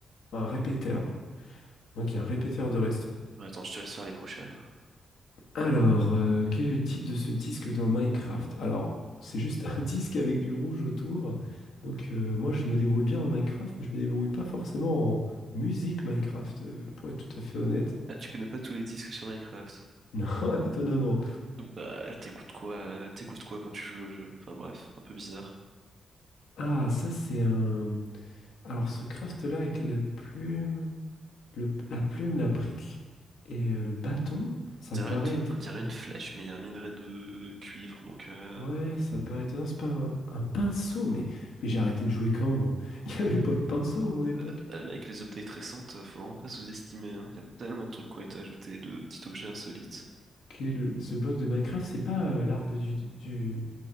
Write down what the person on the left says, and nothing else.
un répéteur. ouais. Donc, il y a un répéteur de Redstone.
Alors, euh, quel est le titre de ce disque dans Minecraft? Alors, c'est juste un <laughs> disque avec du rouge autour. Donc, euh, moi, je me débrouille bien en Minecraft, mais je me débrouille pas forcément en musique Minecraft, euh, pour être tout à fait honnête. <laughs>
Non, étonnamment.
Ah, ça, c'est un... Alors, ce craft-là avec la plume, le- la plume, la brique et euh, le bâton, ça
me paraît
être...
un-
Ouais, ça me paraît étonnant. C'est pas un, un pinceau, mais, mais j'ai arrêté de jouer quand, moi? <laughs> Il n'y avait pas de pinceau à mon époque.
Quel le- ce bloc de Minecraft, c'est pas euh, l'arbre du, du-